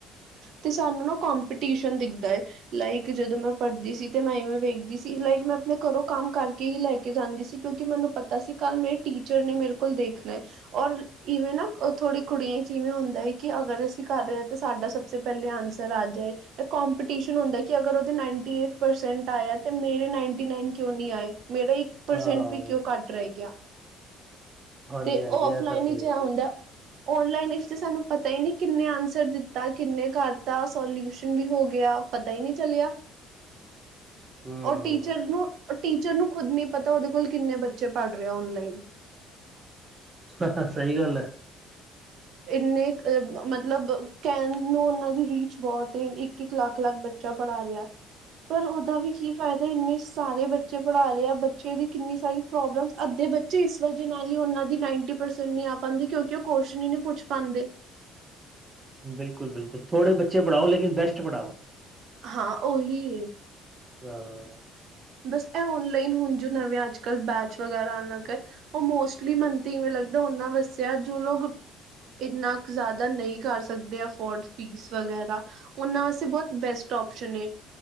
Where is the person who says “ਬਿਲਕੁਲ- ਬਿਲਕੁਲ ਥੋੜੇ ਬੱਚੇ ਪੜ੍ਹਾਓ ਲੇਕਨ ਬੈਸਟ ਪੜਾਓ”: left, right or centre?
Right